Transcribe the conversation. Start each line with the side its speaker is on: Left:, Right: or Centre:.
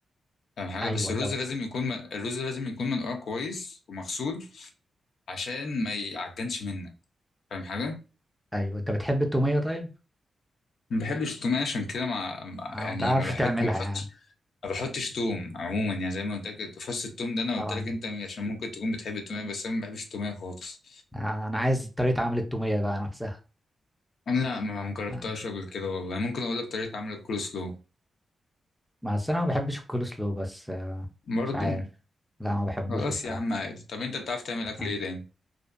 Left: أهم حاجة
Centre: أيوه
Left: بس الرز
Centre: طب
Left: لازم يكون من... الرز لازم يكون منقوع كويس ومغسول عشان ما يعجنش منك فاهم حاجة؟
Centre: أيوه أنت بتحب التومية طيب؟
Left: ما بحبش التوم عشان كده مع... مع...
Centre: اه
Left: يعني
Centre: ما تعرفش
Left: ما بحط
Centre: تعملها
Left: ما
Centre: يعني
Left: بحطش ما بحطش توم عموما يعني زي ما قلت لك فص التوم ده انا قلت
Centre: اه
Left: لك انت عشان ممكن تكون بتحب التوميه بس انا ما بحبش التوميه خالص
Centre: آه، أنا عايز طريقة عمل التومية بقى نفسها
Left: لا ما ما جربتهاش
Centre: آه.
Left: قبل كده والله ممكن اقول لك طريقه عمل الكول سلو
Centre: بس أنا ما بحبش الكول سلو بس آه،
Left: برضو
Centre: مش عارف لا ما بحبوش
Left: خلاص
Centre: بصراحة
Left: يا عم عادي طب انت بتعرف تعمل اكل
Centre: آه.
Left: ايه تاني